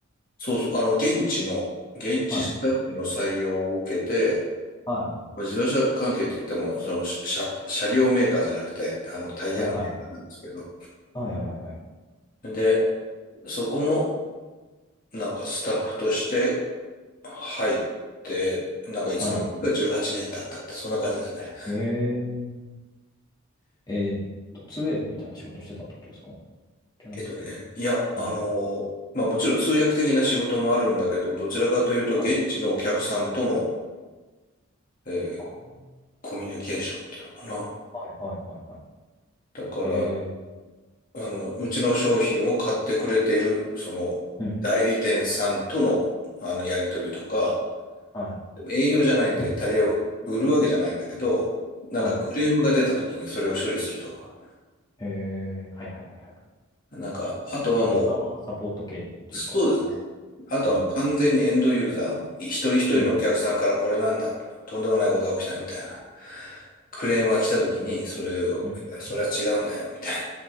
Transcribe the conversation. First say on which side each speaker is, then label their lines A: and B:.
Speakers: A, on the left; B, on the left.
A: そうそう、あの、現地の、現地スタッフの採用を受けて、
B: はい。は
A: まあ、自動車関係といっても、その、し車、車両メーカーじゃなくて、あの、タイヤのメーカーなんですけど。
B: い。はいはい。はいはいはいはい。
A: で、そこの、なんかスタッフとして入って、なんかいつの間にか18年経ったって、
B: はい。
A: そんな感じですね。
B: えええーっと、通訳みたいな仕事してたってことですかじゃなくて。
A: えっとね、いや、あのーまあもちろん通訳的な仕事もあるんだけど、
B: うん。
A: どちらかというと現地のお客さんとの、
B: はい。
A: えー
B: ああ。
A: コミュニケーションっていうのかな。
B: はいはいはいはい。
A: だから、
B: ええ。
A: あの、うちの商品を買ってくれている、その、
B: うん。
A: 代理店さんとの、あの、やり取りとか、
B: は
A: でも営業じゃないんで、タイヤを売るわけじゃないんだけど、
B: い。うん
A: なんかクレームが出た時にそれを処理するとか、
B: はい。えー、はいはいはいはい。
A: なんか、あとはもう、
B: カスタマーサポート系っていうか、
A: そうですね。あとはもう完全にエンドユーザー、
B: うん。
A: 一人一人のお客さんからこれなんだ、
B: うん、
A: とんでもないことが起きたみたいな、クレームが来た時に、それを、
B: うん、うん。
A: いや、それは違うんだよ、みたいな